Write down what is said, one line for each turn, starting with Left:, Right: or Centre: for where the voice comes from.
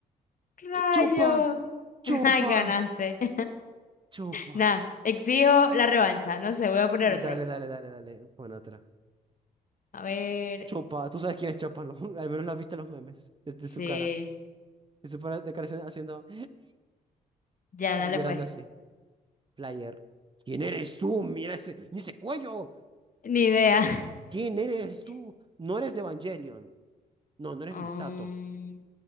Left: Rayo.
Right: ¡Chopa! ¡Chopa!
Left: <laughs> Ay, ganaste. <laughs>
Right: ¡Chopa!
Left: Nada, exijo la revancha. No sé, voy a poner
Right: Dale,
Left: otro.
Right: dale, dale, dale. Bueno, otra.
Left: A ver,
Right: Chopa, tú sabes quién es Chopa, ¿no? <laughs> Al menos lo has visto en los memes, desde
Left: sí.
Right: su cara. De su cara de cara haciendo, <laughs> haciendo
Left: Ya,
Right: eh,
Left: dale
Right: llorando
Left: pues.
Right: así. Player. ¿Quién eres tú? Mira ese, mira ese cuello.
Left: Ni idea.
Right: ¿Quién eres tú?
Left: <laughs>
Right: No eres de Evangelion. No, no eres
Left: Mm,
Right: Misato.